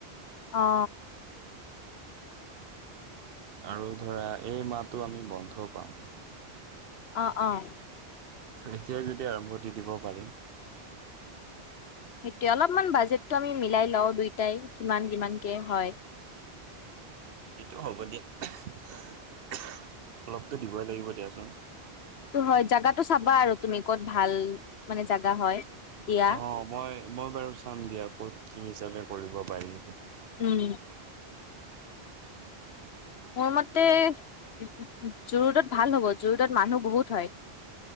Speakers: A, on the left (about 70°); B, on the right (about 60°).
A: অ।
B: আৰু ধৰা এই মাহটো আমি বন্ধ পাম।
A: অ অ।
B: এতিয়াই যদি আৰম্ভ দি দিব পাৰি
A: সেইটোয়ে অলপমান বাজেটটো আমি মিলাই লওঁ দুয়টাই কিমান কিমানকে হয়।
B: সেইটো হ'ব দিয়া। <unintelligible> অলপতো দিবই লাগিব দিয়াচোন।
A: ত হয় জাগাটো চাবা আৰু তুমি ক'ত ভাল, মানে জাগা হয়। দিয়া
B: অ মই মই বাৰু চাম দিয়া ক'ত কি হিচাপে কৰিব পাৰি?
A: উম। মোৰ মতে উ জো ৰোডত ভাল হ'ব জো ৰোডত মানুহ বহুত হয়।